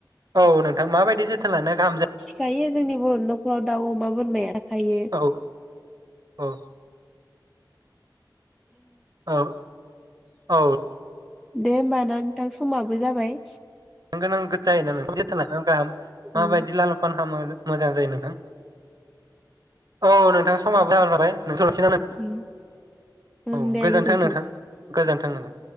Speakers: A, on the right; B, in the centre.
A: औ नोंथां माबायदि जोथोन लानाया गाहाम जायो?
B: दायो जोंनि बर'नि न'खराव दाउ अमा बुं माया हायो।
A: औ औ। औ औ
B: दे होमबाना नोंथां समाबो जाबाय
A: नांगो जायो ना‌ जोथोन लानाया गाहाम
B: उम
A: माबायदि लाल फान खामो। मोजां जायो नोंथां औ नोंथां समाबो जाबाय नालाय नोंथ <unintelligible> लासै नों
B: उम ओं
A: औ
B: दे
A: गोजोनथों
B: गोजोन्थों
A: नोंथां गोजोन। थांनांगोन।